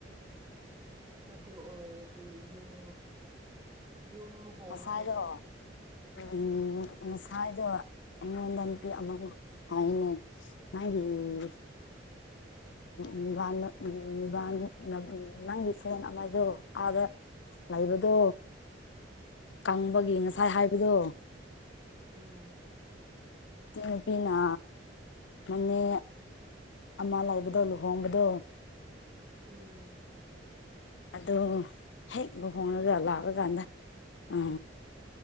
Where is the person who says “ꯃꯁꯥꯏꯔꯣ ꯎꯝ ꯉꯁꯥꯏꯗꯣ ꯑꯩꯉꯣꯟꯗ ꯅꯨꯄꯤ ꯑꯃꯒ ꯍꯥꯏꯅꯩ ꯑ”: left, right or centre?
Left